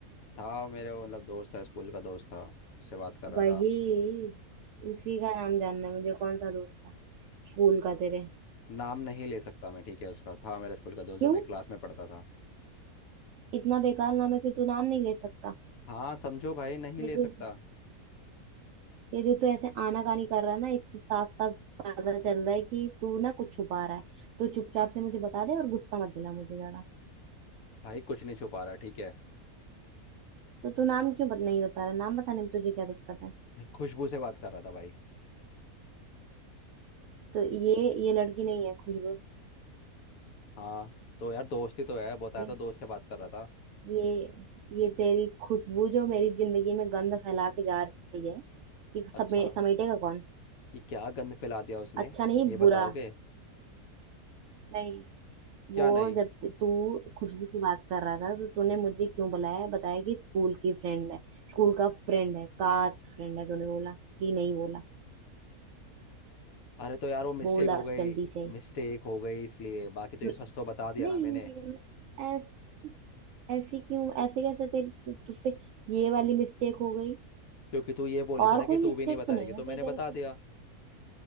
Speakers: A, on the left; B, on the right.
A: था मेरे वो मतलब दोस्त था स्कूल का दोस्त था उससे बात कर रहा
B: वही
A: था
B: उसी का नाम जानना है मुझे कौन सा दोस्त था स्कूल का तेरे
A: नाम नहीं ले सकता मैं ठीक है उसका था मेरे स्कूल का दोस्त
B: क्यों
A: जो मेरी क्लास में पढ़ता था
B: इतना बेकार नाम है कि तू नाम नहीं ले सकता
A: हाँ समझो भाई नहीं
B: देखो
A: ले सकता
B: ये जो तू ऐसे आनाकानी कर रहा है ना इससे साफ साफ पता चल रहा है कि तू ना कुछ छुपा रहा है तो चुपचाप से मुझे बता दे और गुस्सा मत दिला मुझे ज्यादा
A: भाई कुछ नहीं छुपा रहा ठीक है
B: तो तू नाम क्यों बत नहीं बता रहा नाम बताने में तुझे क्या दिक्कत है
A: भाई खुशबू से बात कर रहा था भाई
B: तो ये ये लड़की नहीं है खुशबू
A: हाँ तो यार दोस्ती तो है बताया
B: ये
A: तो दोस्त से बात कर रहा था
B: ये ये तेरी खुशबू जो मेरी जिंदगी में गंध फैला के जा रही है ये
A: अच्छा
B: समे, समेटेगा कौन
A: ये क्या गंद फैला दिया उसने
B: अच्छा नहीं
A: ये
B: बुरा
A: बताओगे
B: नहीं
A: क्या
B: वो
A: नहीं
B: जब ते- तू खुशबू से बात कर रहा था तो तूने मुझे क्यों बुलाया बताया कि स्कूल की फ्रेंड है स्कूल का फ्रेंड है का फ्रेंड है तूने बोला कि नहीं बोला
A: अरे तो यार वो मिस्टेक
B: बोला
A: हो गई
B: अब जल्दी से
A: मिस्टेक हो गई इसलिए बाकी तो
B: न-
A: ये सच तो बता दिया
B: नहीं
A: ना मैंने
B: ऐस- ऐसी क्यों ऐसे कैसे तेरे तु- तुझसे ये वाली मिस्टेक हो गई
A: क्योंकि तू ये बोली
B: और
A: थी ना कि
B: कोई मिस्टेक
A: तू भी नहीं बताएगी
B: तो नहीं होती
A: तो मैंने
B: तेरे
A: बता
B: से
A: दिया